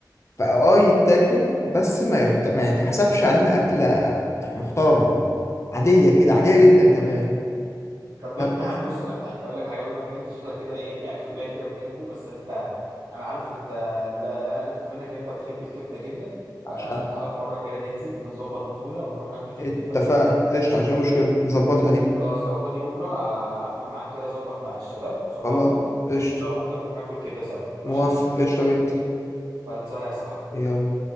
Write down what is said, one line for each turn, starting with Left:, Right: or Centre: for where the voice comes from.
Left: فاه يتاكل بس ما يحت... ما يتحسبش علينا اكله محترمه عاديه كده عاديه
Right: ايوه
Left: جدا كمان
Right: طب بم...
Left: فاهم قصدي
Right: يا عم بص اقول لك حاجه اقول لك حاجه بما انك انت شكلك كده ايه في اكل قليل كده بتحبه بس انت انا عارفك انت لا لا انا عرفته منك ان انت بتحب الكبده جدا
Left: بعشقها
Right: فتعالى في مره كده ننزل ونظبط نزوله ونروح ناكل كبده
Left: اتفقنا
Right: ايه رايك
Left: قشطه مفيش أي مشكله نظبطها دي
Right: خلاص لو فاضي بكره آه، هقفل معاك كده ظبط مع الشباب صحابنا
Left: خلاص قشطه
Right: لو بكره نروح ناكل كبده سوا ماشي
Left: موافق قشطه جدا
Right: خلصانه يا صاحبي يلا
Left: يلا